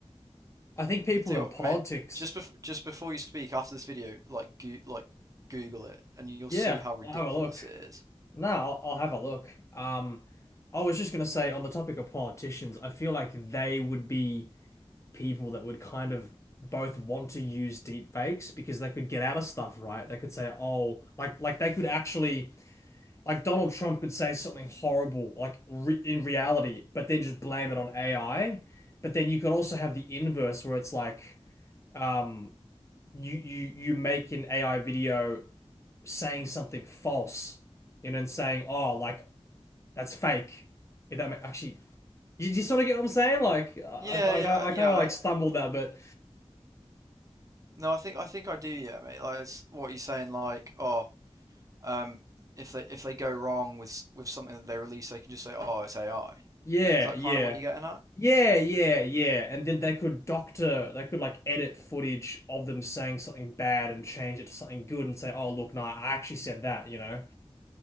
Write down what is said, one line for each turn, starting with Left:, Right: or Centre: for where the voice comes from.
Left: I think people
Right: Tell you
Left: in
Right: what,
Left: politics,
Right: mate, just bef just before you speak, after this video, like go like Google it, and you'll
Left: yeah,
Right: see how ridiculous
Left: I'll have a look.
Right: it is.
Left: No, I'll, I'll have a look. Um, I was just gonna say on the topic of politicians, I feel like they would be. people that would kind of both want to use deep fakes because they could get out of stuff, right? They could say, oh, like like they could actually like Donald Trump could say something horrible, like re in reality, but then just blame it on AI. But then you could also have the inverse where it's like um you you you make an AI video saying something false, you know, and saying, oh, like that's fake. If that ma- actually, you, you sort of get what I'm saying? Like, I,
Right: Yeah,
Left: I,
Right: yeah, I- yeah.
Left: I kind of
Right: I,
Left: like stumbled that, but
Right: no, I think I think I do. Yeah, mate. Like it's what you're saying. Like, oh, um, if they if they go wrong with s- with something that they release, they can just say, oh, it's AI.
Left: Yeah,
Right: Is that
Left: yeah.
Right: kind of what you're getting at?
Left: Yeah, yeah, yeah. And then they could doctor, they could like edit footage of them saying something bad and change it to something good and say, "Oh, look, no, I actually said that," you know.